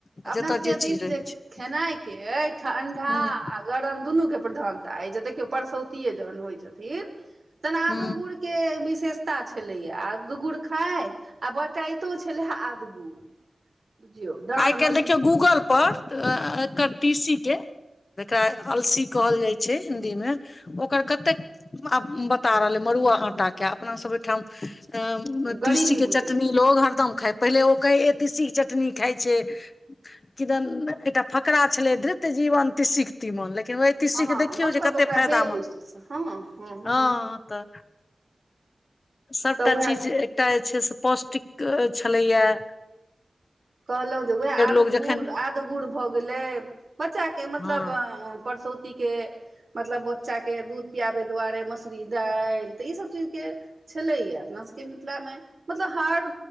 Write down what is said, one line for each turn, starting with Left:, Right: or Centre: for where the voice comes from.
Left: आ
Right: अपनासभके
Left: जतय
Right: दिस
Left: चीज
Right: जे
Left: रहै छै
Right: खेनाइके अइ ठण्डा
Left: हूँ
Right: गरम दुनु के पर्धानता अय जे देखियो परसउतिये जहन होय छथिन तहन आदो
Left: हूँ
Right: गुड़ के विशेषता छेलेये आद गुड़ खाउ आ बटाइतो छलै हे आदगुड़ बुझियौ डांर
Left: आइ काल्हि
Right: मजगुत
Left: देखियौ गूगल पर एकर तीसी के जेकरा अलसी कहल जाइ छै हिन्दी मे ओकर कतेक आब बता रहलै मड़ुआ आटांके अपना सब ओहिठाम
Right: गरीबी
Left: तीसी के
Right: बुझै
Left: चटनी
Right: छलै
Left: लोग हरदम खाय पहिले ओ कहे तीसी के चटनी खाइ छै किदन एकटा फकरा छलै धृत जीवन तीसीके तीमन लेकिन ओहि तीसी
Right: हँ
Left: के देखियौ
Right: मतलब
Left: जे कते
Right: ओकरा
Left: फायदामे
Right: हे दृष्टिसँ हँ हँ हूँ
Left: हँ तऽ सभटा
Right: तऽ उएह
Left: चीज एकटा जे छै से पौष्टिक छलैए
Right: कहलहुँ जे उएह आदगुड़
Left: लोग जखन
Right: आदगुड़ भऽ गेलै बच्चा के मतलब
Left: हँ
Right: परसौती के मतलब बच्चा के दूध पियाबे दुआरे मसुरी दालि तऽ ई सभ चीज के छलैये अपना सबके मिथिलामे मतलब हर